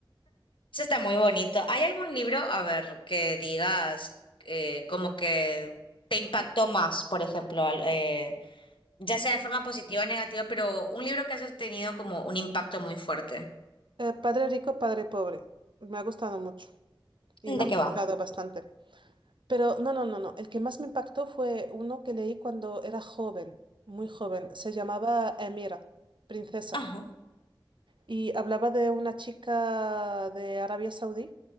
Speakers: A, on the left; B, on the right.
A: Eso está muy bonito. ¿Hay algún libro, a ver, que digas eh, como que te impactó más, por ejemplo, al- eh, ya sea de forma positiva o negativa, pero un libro que hayas tenido como un impacto muy fuerte?
B: Eh, Padre rico, padre pobre, me ha gustado mucho y
A: ¿De
B: me ha impactado
A: qué va?
B: bastante. Pero no, no, no, no. El que más me impactó fue uno que leí cuando era joven, muy joven. Se llamaba Emira, princesa.
A: Ajá,
B: Y hablaba de una chica de Arabia Saudí